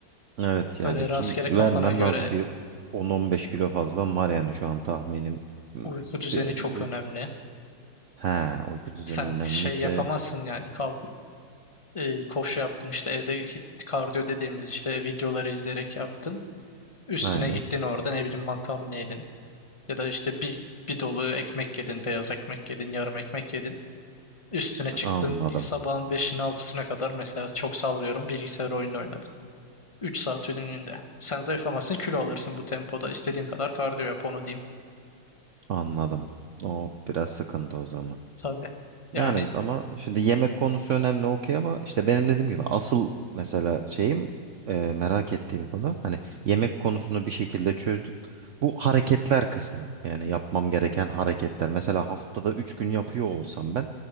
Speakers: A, on the right; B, on the left.
A: Evet yani
B: Öyle
A: ki
B: rastgele
A: vermem
B: kafana göre
A: lazım bir 10-15 kilo fazla var yani şu an tahminim. Hmm,
B: uyku düzeni
A: bir-
B: çok önemli.
A: He, uyku düzeni
B: Sen
A: önemliyse
B: şey yapamazsın yani kalkıp eee, koşu yaptın işte evde hit kardiyo dediğimiz işte videoları izleyerek yaptın. Üstüne
A: aynen
B: gittin orada ne bileyim makarna yedin ya da işte bir, bir dolu ekmek yedin, beyaz ekmek yedin, yarım ekmek yedin. Üstüne çıktın
A: anladım.
B: sabahın 5'ine altısına kadar mesela çok sallıyorum bilgisayar oyunu oynadın. 3 saat ürününde. Sen zayıflamazsın kilo alırsın bu tempoda. İstediğin kadar kardiyo yap onu diyeyim.
A: Anladım. O biraz sıkıntı o zaman.
B: Tabii.
A: Yani
B: Yani
A: ama şimdi yemek konusu önemli okey ama işte benim dediğim gibi asıl mesela şeyim e, merak ettiğim konu hani yemek konusunu bir şekilde çözdüm. Bu hareketler kısmı yani yapmam gereken hareketler. Mesela haftada 3 gün yapıyor olsam ben